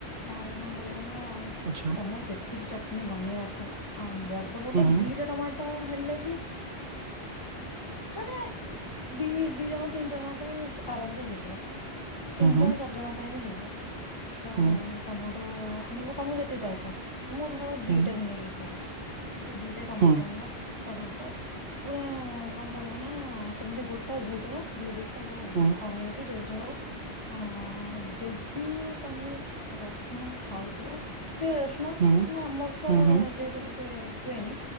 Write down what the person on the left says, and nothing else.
ତାପରେ କଣ କରିବି ନା
ତମର ଯେତିକି ଚ ବନେଇବାର ଥିବ ଆଉ। ବଡ଼ ବଡ଼।
ଦୁଇଟା ଟମାଟୋ ହେଲେ। ମାନେ ଦି ଦି ଜଣ ତିନି ଜଣଙ୍କ ପାଇଁ ଆରାମ ସେ ହେଇଯିବ। ତିନି
ଜଣ ଚାରି ଜଣ ପାଇଁ ବି ହେଇଛି। <unintelligible> ତ
ଟମାଟୋ ତ ଆଣିବୁ ତମ ଯେତିକି ଦରକାର ମୁଁ ଧର
ଦିଟାକୁ ନେଇକି କହୁଛି ଦି ଟମା
ଟାଣିବ ତାକୁ ପୁରା ପୁରା କଣ କରିବ ନା ସେମିତି ଗୋଟା ଧୋଇଦବ ଧୋଇ ଦେଇକି ତାକୁ
କଣେଇବ କି ଯୋଉ ଆ ଯଦି ତମେ ରସୁଣ ଖାଉଥିବ। ପିଆଜ ରସୁଣ କାହିଁକି
ନା ଆମର ତ
ଯେହେତୁ ଟିକେ ଟିକେ ହୁଏନି